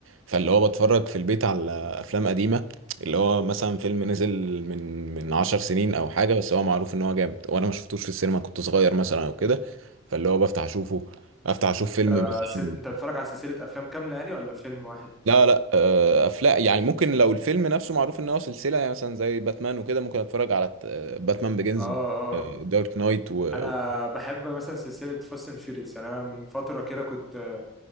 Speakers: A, on the right; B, in the centre.
A: فاللي هو بتفرج في البيت على افلام قديمه اللي هو مثلا فيلم نزل من من 10 سنين او حاجه بس هو معروف ان هو جامد وانا ما شفتوش في السينما كنت صغير مثلا او كده فاللي هو بفتح اشوفه افتح اشوف فيلم
B: انت
A: مثلا
B: س... انت بتتفرج على سلسلة افلام كاملة يعني ولا فيلم واحد
A: لا لا آه، افلام يعني ممكن لو الفيلم نفسه معروف ان هو سلسله يعني مثلا زي باتمان وكده ممكن اتفرج على باتمان بيجنز
B: اه اه
A: دارك نايت و
B: انا
A: و-
B: بحب مثلا سلسلة فاست اند فيريس يعني انا من فترة كده كنت آه،